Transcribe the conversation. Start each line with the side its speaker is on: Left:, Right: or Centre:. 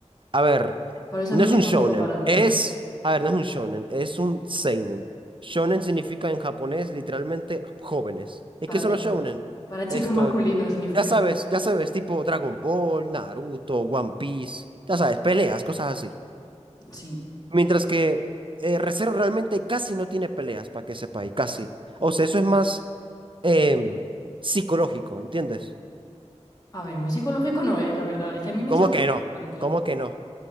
Right: A ver,
Left: Por eso
Right: no
Left: a mí
Right: es
Left: me
Right: un
Left: está
Right: shonen,
Left: un poco para atrás.
Right: es... A ver, no es un shonen, es un seinen. Shonen significa en japonés literalmente jóvenes. ¿Y
Left: Para
Right: qué son
Left: chico.
Right: los shonen?
Left: Para chico
Right: Esto,
Left: masculino significa.
Right: ya sabes, ya sabes, tipo Dragon Ball, Naruto, One Piece, ya sabes, peleas, cosas así.
Left: Sí.
Right: Mientras que eh, Re:Zero realmente casi no tiene peleas, para que sepa, y casi. O sea, eso es más em, psicológico, ¿entiendes?
Left: A ver, muy psicológico no es, la verdad. Es que a mí me
Right: ¿Cómo
Left: echaba
Right: que no?
Left: para atrás.
Right: ¿Cómo que no?